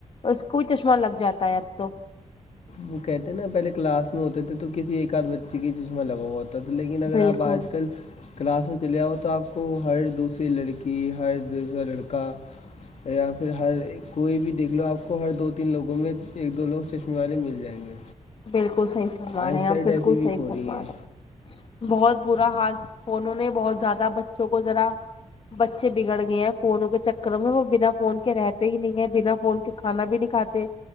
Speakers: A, on the left; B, on the left.
A: اس کو بھی چشمہ لگ جاتا ہے تو
B: وہ کہتے ہیں نا پہلے کلاس میں ہوتے تھے تو کسی ایک آدھ بچے کی چشمہ لگا ہوا تھا تھا لیکن اگر
A: بالکل
B: آپ آج کل کلاس میں چلے آؤ تو آپ کو ہر دوسری لڑکی ہر دوسرا لڑکا یا پھر ہر کوئی بھی دیکھ لو آپ کو ہر دو تین لوگوں میں ایک دو لوگ چشمی والے مل جائیں گے
A: بالکل صحی فرما
B: آئی
A: رہے ہیں
B: سائڈ
A: آپ بالکل
B: ایسی بھی
A: صحی
B: ہو
A: فرمان
B: رہی ہیں
A: رہے بہت برا حال فونوں نے بہت زیادہ بچوں کو ذرا بچے بگڑ گئے ہیں فونوں کے چکر میں وہ بنا فون کے رہتے ہی نہیں ہے بنا فون کے کھانا بھی نہیں کاتے